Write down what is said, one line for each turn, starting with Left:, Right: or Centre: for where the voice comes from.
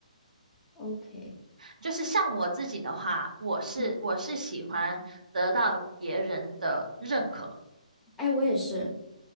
Centre: ？OK，
Right: 就是像我自己的话，我是我是喜欢得到别人的认可。
Centre: 嗯哎，我也是